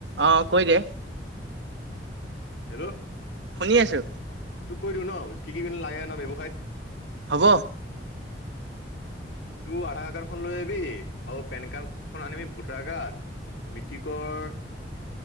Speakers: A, on the right (about 75°); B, on the left (about 80°).
A: অ', কৈ দে?
B: হেল্ল'।
A: শুনি আছোঁ।
B: তোক কৈ দিওঁ ন, কি কি কিনো লাগে ন ব্যৱসায়ত।
A: হ'ব
B: তোৰ আধাৰ কাৰ্ডখন লৈ আহিবি আৰু পেন কাৰ্ড খন আনিবি, ভোটাৰ কাৰ্ড মেট্ৰিকৰ